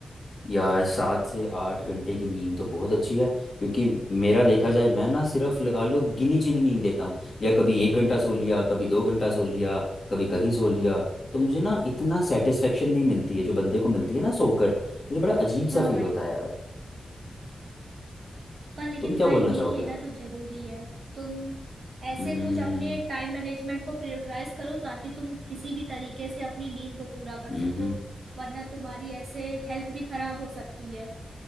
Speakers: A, on the left; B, on the right.
A: यार सात से आठ घंटे की नींद तो बहुत अच्छी है क्योंकि मेरा देखा जाए मैं ना सिर्फ लगा लो गिनी चुनी नींद लेता हूँ या कभी एक घंटा सो लिया कभी दो घंटा सो लिया कभी कहीं सो लिया तो मुझे ना इतना सेटिस्फेक्शन नहीं मिलती है जो बंदे को मिलती है ना सोकर मुझे बड़ा अजीब सा
B: हाँ
A: फील
B: भाई
A: होता है यार
B: पर लेकिन
A: तुम क्या
B: भाई
A: बोलना
B: नींद
A: चाहोगे
B: लेना
A: यार
B: तो जरूरी है तुम ऐसे
A: हम्म
B: कुछ अपने टाइम मैनेजमेंट को प्रायोरिटाइज करो ताकि तुम किसी भी तरीके से अपनी नींद को पूरा कर
A: हम्म
B: सको वरना तुम्हारी ऐसे हेल्थ भी खराब हो सकती है